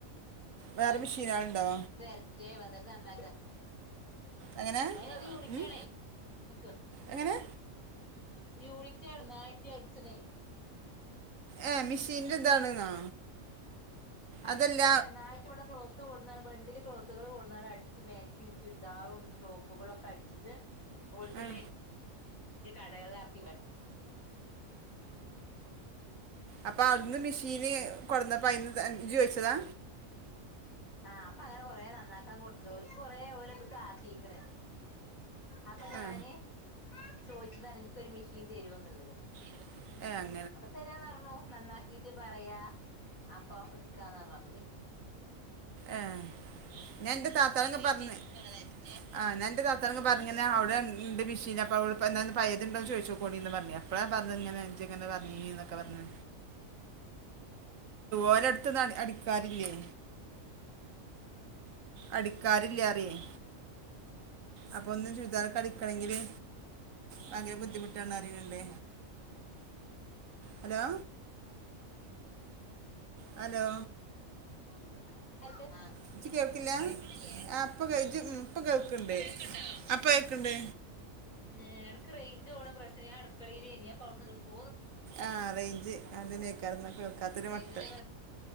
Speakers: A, on the right; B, on the left.
A: വേറെ
B: അയാള്
A: മെഷീനുണ്ടോ
B: വരട്ടെ. വന്നിട്ട് നന്നാക്ക
A: എങ്ങനെ
B: ഒര് യൂണിറ്റാണേ.
A: ഉം?
B: നിക്ക്
A: എങ്ങനെ
B: യൂണിറ്റാണ് ഒന്നായിറ്റ് അടിച്ചണേയ്
A: ഏ മെഷീൻ്റെ ഇതാണെന്നോ
B: അടിക്കണില്ല.
A: അതല്ല
B: <unintelligible> ക്ളോത്ത് കൊ ബണ്ടില് ക്ലോത്തുകള് കൊട്ന്നാണ്ട് അടിച്ച് മേക്സിം ചുരിദാറും ടോപ്പുകളൊക്കെ അടിച്ച്ട്ട് ഹോൾസെയ്ലായ്റ്റ്
A: ആ
B: കടകളിലാർക്കി
A: അപ്പ
B: ഉം
A: ഔട്ന്ന് മിഷീന് കൊട്ന്നപ്പോ അയ്ന്ന് ജ്ജ്‌ വെച്ചതാ
B: ആഹ് അപ്പ അങ്ങനെ കൊറേ നന്നാക്കാൻ കൊടുന്നുണ്ട് ഓൽക്ക് കൊറേ ഓലത്ക്കാക്കീക്ക്ണ്. അപ്പ ഞാന്
A: ആ
B: ചോയ്ച്ചതാണ് ഇൻക്കൊര് മിഷീൻ തരോന്ന്ള്ളത്
A: <unintelligible>
B: അപ്പ തരാന്ന് പർഞ്ഞു. നന്നാക്കീറ്റ് പറയാ അപ്പൊ ഇട്ക്കാന്ന് പറഞ്ഞു അപ്പ പിന്നെ
A: ആഹ് ഞാന്റെ താത്താനൊക്കെ പർഞ്ഞ് ആഹ് ഞാന്റെ താത്താനൊക്കെ പർഞ്ഞ് അവടെണ്ട് മിഷീന് അപ്പ പയേത്ണ്ടോ ചോയ്ച്ചോക്കോണ്ടീന്ന് പർഞ്ഞ് അപ്പളാ പർഞ്ഞേ ജ്ജ്‌ങ്ങനെ പർഞ്ഞീന്നൊക്കെ പർഞ്ഞേ ഓലെട്തൊന്നും അടിക്കാരില്ലേ അടിക്കാരില്ലാറയേ അപ്പൊ ഒന്ന് ചുരിദാറൊക്കെ അടിക്കണെങ്കില് ഭയങ്കര ബുദ്ധിമുട്ടാണ് അറീണ് ണ്ട് ഹലോ ഹലോ
B: <inaudible>
A: ഇജ്ജ്‌ കേൾക്കില്ല ആഹ് പ്പ അപ്പൊ ഇപ്പൊ കേൾക്കണ്ട് അപ്പ ക്ക്ണ്ട്
B: ഏ എടക്ക് റേയ്ഞ്ച് പോണ പ്രശ്നനേനു ഞാൻ അടുക്കളീലേയ്ന്നു ഞാനവ്ട്ന്ന്ങ്ങട് പോന്നു
A: ആഹ് റേയ്ഞ്ച് അതെന്നേക്കാരം കേൾക്കാത്തൊര്
B: റേഞ്ചിന്റെ
A: മട്ട്